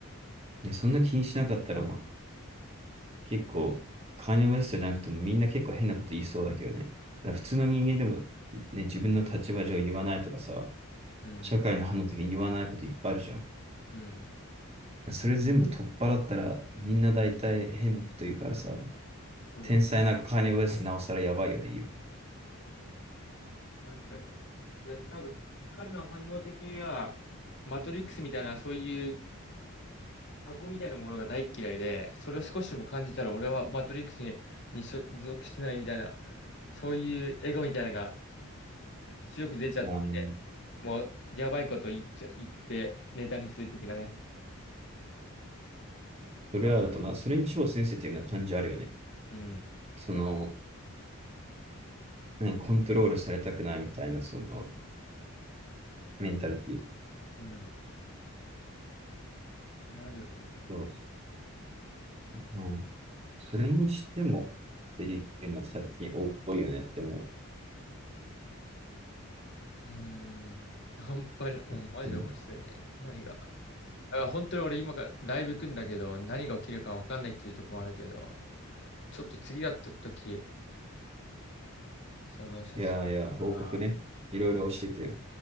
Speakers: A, on the right; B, on the left.
A: いや、そんな気にしなかったらもう、結構、カーニウエストじゃなくてもみんな結構変なこと言いそうだけどね。だから普通の人間でもね、自分の立場上言わないとかさ、
B: うん。
A: 社会の反応的に言わないこといっぱいあるじゃん。
B: うん。
A: それ全部取っ払ったら、みんな大体変なこと言うからさ、
B: そう。
A: 天才なカーニバルスなおさらやばいよね、言うこ
B: 確かに。で、多分、彼の反応的には、マトリックスみたいな、そういう箱みたいなものが大っ嫌いで、それを少しでも感じたら、俺はマトリックスに、に所属してないみたいな、そういうエゴみたいなのが出力出ちゃって、
A: と。あの
B: もう、やばいこと言っちゃ、言って、ネタにする的なね。
A: それはあると、
B: あ
A: まあ、それに超センシティブな感じあるよね。
B: うん。
A: その、ね、コントロールされたくないみたいな、その、メンタリティ。
B: うん。それあるよね。
A: そう。うん、それにしても、っていうのは最近多いよねっても
B: うーん。半端に、お、
A: う。だって
B: マジで面白いね。何が。だから本当に俺今からライブ行くんだけど、何が起きるかわかんないっていうとこもあるけど、ちょっと次やった時、その写真が、
A: いやいや、報告ね。いろいろ教えてよ。